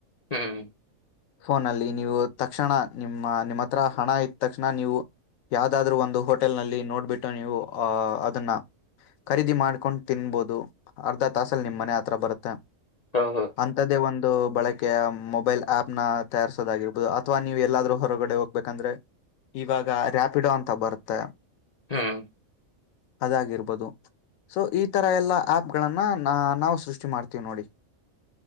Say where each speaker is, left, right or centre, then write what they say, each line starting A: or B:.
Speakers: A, on the left (about 45°); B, on the left (about 75°).
A: ಹ್ಮ್
B: ಫೋನಲ್ಲಿ ನೀವು ತಕ್ಷಣ ನಿಮ್ಮ ನಿಮ್ಮ ಹತ್ರ ಹಣ ಇದ್ದ ತಕ್ಷಣ ನೀವು ಯಾವುದಾದರೂ ಒಂದು ಹೋಟೆಲ್ ನಲ್ಲಿ ನೋಡ್ಬಿಟ್ಟು ನೀವು ಹ ಅದನ್ನ ಖರೀದಿ ಮಾಡ್ಕೊಂಡ್ ತಿನ್ನಬಹುದು ಅರ್ಧ ತಾಸಲ್ಲಿ ನಿಮ್ ಮನೆ ಆತ್ರ ಬರುತ್ತೆ
A: ಓಹೋ
B: ಅಂಥದೇ ಒಂದು ಬಳಕೆ ಮೊಬೈಲ್ ಆಪ್ ನ ತಯಾರಸೋದಾಗಿರ್ಬಹುದು ಅಥವಾ ನೀವು ಎಲ್ಲಾದ್ರೂ ಹೊರಗಡೆ ಹೋಗ್ಬೇಕಂದ್ರೆ ಇವಾಗ ರಾಪಿಡೊ ಅಂತ ಬರುತ್ತೆ
A: ಹ್ಮ್
B: ಅದಾಗಿರ್ಬೋದು ಸೊ ಈ ತರ ಎಲ್ಲಾ ಆಪ್ಗಳನ್ನ ನ ನಾವು ಸೃಷ್ಟಿ ಮಾಡ್ತೀವಿ ನೋಡಿ <unintelligible>